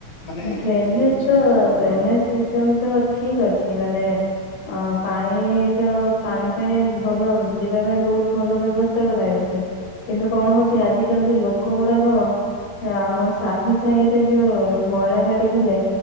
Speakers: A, on the left (about 70°); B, on the left (about 55°).
A: ମାନେ
B: ଡ୍ରେନେଜ
A: ମାନେ ଯେମିତି
B: ତ
A: ଆପଣଙ୍କର
B: ଡ୍ରେନେଜ
A: ହଁ
B: ସିଷ୍ଟମ ତ ଠିକ ଅଛି ମାନେ ଅ ପାଣିର ପାଣି ପାଇଁ ଭଲ ଯିବା ପାଇଁ ବହୁତ ଭଲ ବ୍ୟବସ୍ଥା କରାଯାଇଛି। କିନ୍ତୁ କଣ ହଉଛି
A: ହଁ
B: ଆଜିକାଲି ଯୋଉ ଲୋକ ଗୁଡାକ ଆମ ସାହି ସାହିରେ ଯୋଉ ମଇଳା ଗାଡି ବୁଲେ,